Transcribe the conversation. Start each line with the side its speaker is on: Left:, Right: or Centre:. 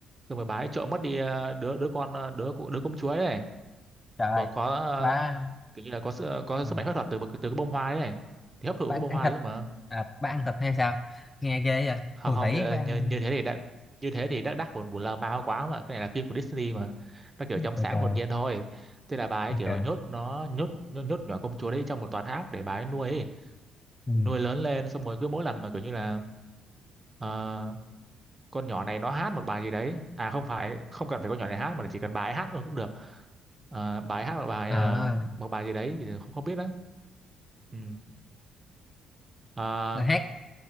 Right: xong rồi bà ấy trộm mất đi ờ, đứa đứa con ờ, đứa đứa công chúa ấy
Left: trời
Right: mà
Left: ơi.
Right: có ờ,
Left: bà
Right: kiểu như là có sự có
Left: ừ.
Right: sức mạnh phép thuật từ từ cái bông hoa đấy này thì hấp thụ
Left: bà
Right: cái bông
Left: ăn
Right: hoa
Left: thịt
Right: đấy rồi mà
Left: à, bà ăn thịt hay sao nghe ghê vậy
Right: không
Left: phù
Right: không
Left: thủy
Right: như,
Left: phải
Right: như,
Left: ăn
Right: như thế thì đã như thế thì đắc đắc buồn buồn lơ ma quá mà cái này là phim của Disney mà nó kiểu trong
Left: bà
Right: sáng
Left: cờ
Right: hồn nhiên thôi thế là bà ấy
Left: bà
Right: kiểu
Left: cờ
Right: nhốt nó nhốt nhốt, nhốt nhỏ công chúa đấy trong một tòa tháp để bà ấy nuôi ấy.
Left: ừ.
Right: nuôi lớn lên xong rồi cứ mỗi lần mà kiểu như là ờ, con nhỏ này nó hát một bài gì đấy à không phải không cần phải con nhỏ này hát mà chỉ cần bà ấy hát thôi cũng được Ờ, bà ấy hát một bài
Left: à,
Right: ờ, một bài gì đấy thì không không biết đó ừ. Ờ,
Left: là hát